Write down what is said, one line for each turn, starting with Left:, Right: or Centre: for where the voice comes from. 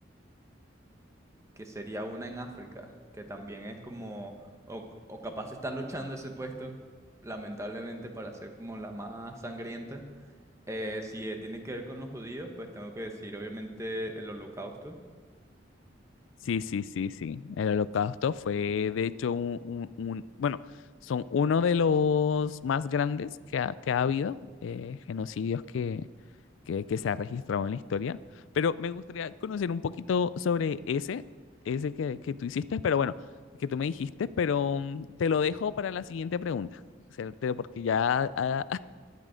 Right: que sería una en África, que también es como, o, o capaz está luchando ese puesto, lamentablemente para ser como la más sangrienta. Eh, si eh, tiene que ver con los judíos, pues tengo que decir obviamente el holocausto,
Left: Sí, sí, sí, sí. El holocausto fue, de hecho, un, un- un- bueno, son uno de los más grandes que ha, que ha habido, eh, genocidios que, que, que se ha registrado en la historia, pero me gustaría conocer un poquito sobre ese, ese que, que tú hiciste, pero bueno, que tú me dijiste, pero mm, te lo dejo para la siguiente pregunta, o sea, te- porque ya ah,